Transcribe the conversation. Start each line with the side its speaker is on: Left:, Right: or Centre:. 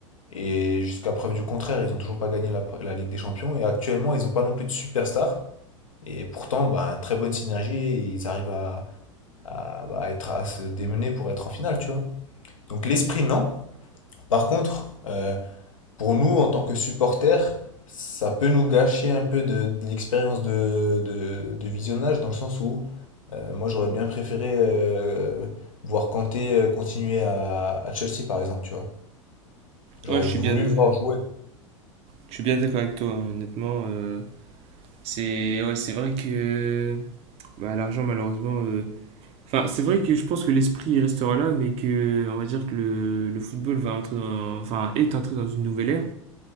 Left: Et jusqu'à preuve du contraire, ils n'ont toujours pas gagné la, la Ligue des Champions. Et actuellement, ils n'ont pas non plus de superstars et pourtant, bah, très bonne synergie, et ils arrivent à, à- bah, être, à se démener pour être en finale, tu vois. Donc l'esprit, non. Par contre, euh, pour nous, en tant que supporters, ça peut nous gâcher un peu de, de l'expérience de, de- de visionnage, dans le sens où euh, moi, j'aurais bien préféré euh, voir Kanté euh, continuer à, à Chelsea, par exemple, tu vois. J'aurais
Right: Ouais, je suis
Left: voulu
Right: bien, euh,
Left: le voir jouer.
Right: je suis bien d'accord avec toi hein, honnêtement. euh, C'est ouais, c'est vrai que bah, l'argent, malheureusement. euh, Enfin, c'est vrai que je pense que l'esprit restera là, mais que on va dire que le, le football va entrer dans, enfin, est entré dans une nouvelle ère.